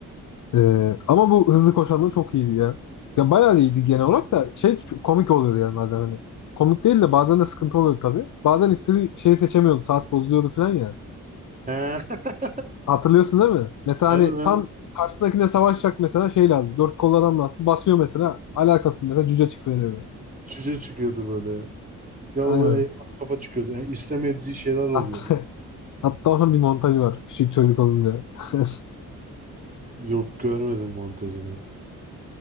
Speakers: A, on the left (about 55°); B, on the right (about 20°).
A: Ee, ama bu hızlı koşan da çok iyiydi ya. Ya bayağı iyiydi genel olarak da şey çok komik oluyordu yani bazen hani. Komik değil de bazen de sıkıntı oluyordu tabii. Bazen istediği şeyi seçemiyordu. Saat bozuluyordu falan ya.
B: He. <laughs>
A: Hatırlıyorsun değil mi? Mesela
B: Aynen
A: hani
B: aynen.
A: tam karşısındakine savaşacak mesela şey lazım. Dört kollu adam lazım. Basıyor mesela. Alakasız mesela cüce çıkıveriyor. böyle
B: Cüce çıkıyordu böyle. Ya
A: Aynen.
B: da böyle elmas kafa çıkıyordu. Yani istemediği şeyler oluyordu.
A: Hatta, <laughs> hatta onun bir montajı var. Küçük çocuk olunca. <laughs>
B: Yok görmedim montajını ya.